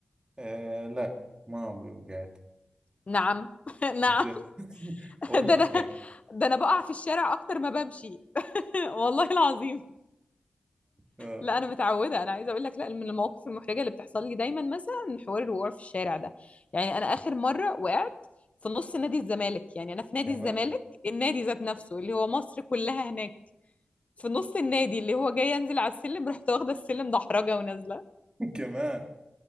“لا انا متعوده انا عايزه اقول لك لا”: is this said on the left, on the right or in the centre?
Left